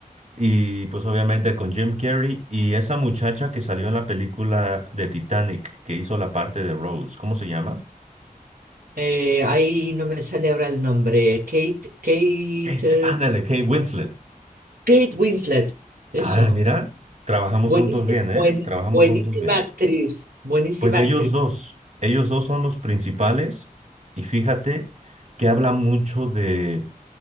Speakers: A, on the right; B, on the right.
A: Y pues obviamente con Jim Carrey y esa muchacha que salió en la película de Titanic, que hizo la parte de Rose, ¿cómo se llama?
B: Eh, ahí no me sale ahora el nombre. Kate, Kate,
A: Kate, ándale,
B: eh,
A: Kate Winslet.
B: Kate Winslet. Eso.
A: Ah, mira, trabajamos
B: Buenísima,
A: juntos bien, ¿eh?
B: buen,
A: Trabajamos
B: buenísima
A: juntos bien.
B: actriz. Buenísima
A: Pues ellos
B: actriz.
A: dos, ellos dos son los principales y fíjate que habla mucho de,